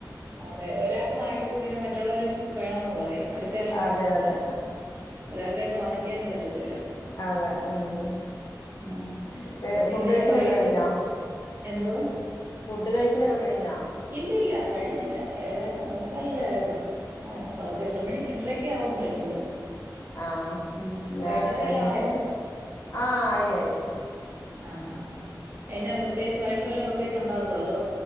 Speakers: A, on the right; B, on the left.
A: അതെ ഒരാക്ക് വാങ്ങിക്കുമ്പോ പിന്നെ മറ്റുള്ളോരും വേണോന്ന് പറയും അടുത്തയാളും വേണോന്ന്
B: അതെ
A: പറയും
B: അതെ
A: ഒരാക്കയിട്ട് വാങ്ങിക്കാനും പറ്റത്തി
B: അവ ഉം
A: ആ
B: മറ്റേ
A: പിന്നെ
B: ഫുഡ് കഴിക്കലൊക്കെ
A: വൈയിട്ട്
B: കഴിഞ്ഞോ
A: എന്തുവാ
B: ഫുഡ് കഴിക്കലൊക്കെ... കഴിഞ്ഞോ
A: ഇല്ലല്ല കഴിഞ്ഞില്ല ഏഴ ഓ കാലല്ലേ ആള്ളൂ ആ കൊറച്ച് എട്ട് മണി എട്ടര ഒക്കെ ആവും കഴിക്കുമ്പോ
B: ആഹ
A: ഉം
B: ഞ
A: വൈകിട്ടത്തെ
B: എങ്ങെ
A: എല്ലാം ആയോ
B: ആഹ ആയി ആയി അ
A: ആഹ ആ എന്നെ പ്രത്യേകിച്ച് പറ ല്ലാം പ്രത്േകിച്ച്ണ്ടാക്കോതോ